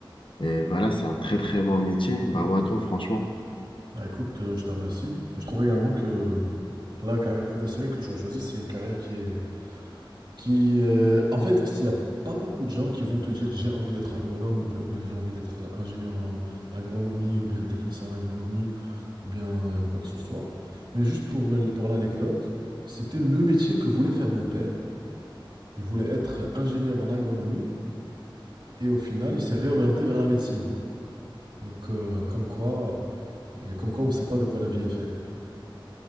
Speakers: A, on the left; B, on the right.
A: Et voilà, c'est un très très bon métier. Bah, à toi, franchement.
B: Bah écoute, euh, je te remercie. Et je trouve également que la carrière professionnelle que tu as choisie, c'est une carrière qui est Qui, heu, en fait, s'il y a pas beaucoup de gens qui vont te dire: «J'ai envie d'être agronome» ou bien ou bien «J'ai envie d'être euh, ingénieur en agronomie» ou bien «Technicien en agronomie» ou bien, heu, quoi que ce soit. Mais juste pour l pour l'anecdote, c'était le métier que voulait faire mon père. Il voulait être euh, ingénieur en agronomie et au final, il s'est réorienté vers la médecine. Donc, heu, comme quoi, comme quoi on ne sait pas de quoi la vie est faite.